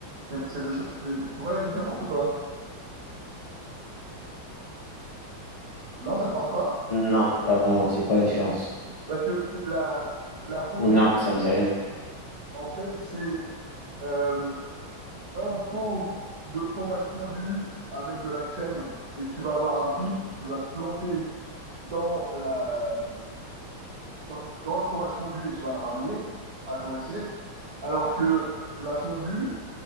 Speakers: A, on the right; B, on the left.
A: C'est c'est deux choses. Tu, tu vois la différence ou pas? Non, ça te parle pas?
B: Non, pas vraiment. C'est quoi la différence?
A: Parce que c'est la, la fondue,
B: Non, ça me dit rien.
A: en fait, c'est euh, un pot de fromage fondu avec de la crème et tu vas avoir un pic et tu vas te planter dans la, dans, dans le fromage fondu et tu vas le ramener à ton assiette. Alors que la fondue,